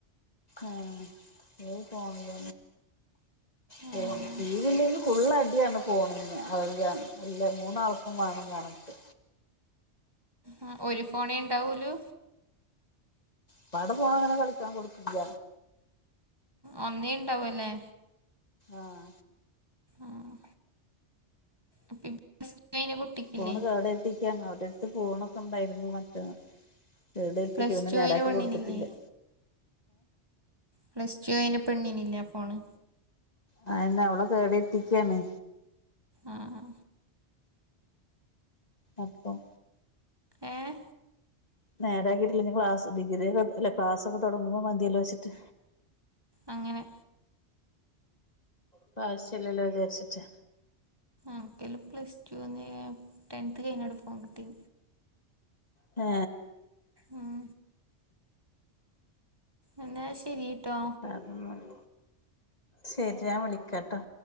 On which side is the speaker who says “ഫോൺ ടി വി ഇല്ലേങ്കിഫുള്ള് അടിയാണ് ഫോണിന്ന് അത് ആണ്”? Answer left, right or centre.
Left